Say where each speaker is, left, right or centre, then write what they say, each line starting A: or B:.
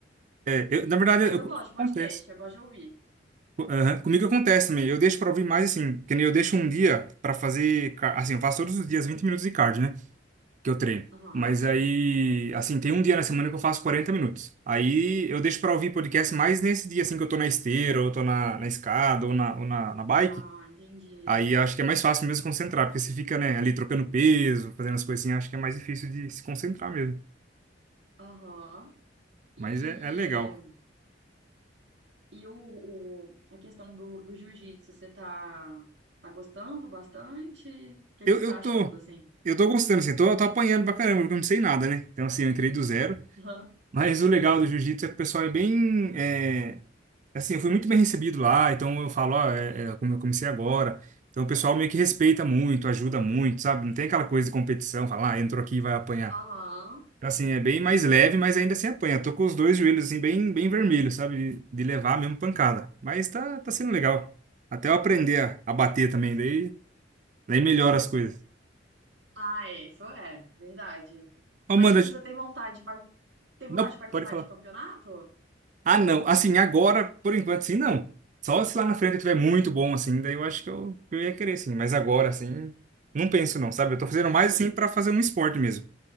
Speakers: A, on the right; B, on the right.
A: É, eu-
B: <laughs>
A: na verdade,
B: Mas
A: eu,
B: eu gosto de podcast,
A: acontece.
B: eu gosto de ouvir.
A: Co- aham, Comigo acontece também. Eu deixo pra ouvir mais assim, que nem eu deixo um dia pra fazer, ca- assim, eu faço todos os dias 20 minutos de cardio, né, que eu treino.
B: Aham.
A: Mas aí, assim, tem um dia na semana que eu faço 40 minutos. Aí eu deixo pra ouvir podcast mais nesse dia assim que eu tô na esteira, ou eu tô na, na escada, ou na, ou na, na bike.
B: Ah, entendi.
A: Aí eu acho que é mais fácil mesmo concentrar, porque você fica, né, ali trocando peso, fazendo as coisinhas, acho que é mais difícil de se concentrar mesmo.
B: Aham. E,
A: Mas é, é legal.
B: e o, o- a questão do, do jiu-jitsu, você tá, tá gostando bastante? O que
A: Eu,
B: que você
A: eu
B: tá achando,
A: tô,
B: assim?
A: eu tô gostando, assim, tô, eu tô apanhando pra caramba, porque eu não sei nada, né? Então, assim, eu entrei do zero.
B: Aham.
A: Mas o legal do jiu-jitsu é que o pessoal é bem, é, assim, eu fui muito bem recebido lá, então eu falo, ó, é, é, como eu comecei agora. Então o pessoal meio que respeita muito, ajuda muito, sabe? Não tem aquela coisa de competição, falar, ah, entrou aqui e vai apanhar.
B: Aham.
A: Então, assim, é bem mais leve, mas ainda assim apanha. Tô com os dois joelhos, assim, bem, bem vermelhos, sabe? De, de levar mesmo pancada. Mas tá, tá sendo legal. Até eu aprender a, a bater também, daí, daí melhora as coisas.
B: Ah, é, isso é, verdade.
A: Amanda,
B: Mas, tipo, você tem vontade de, par- tem
A: Não,
B: vontade de participar
A: pode falar.
B: de campeonato?
A: Ah, não. Assim, agora, por enquanto, sim, não. Só se lá na frente eu tiver muito bom, assim, daí eu acho que eu, que eu ia querer, sim. Mas agora, assim, não penso, não, sabe?
B: Entendi.
A: Eu tô fazendo mais, assim, pra fazer um esporte mesmo.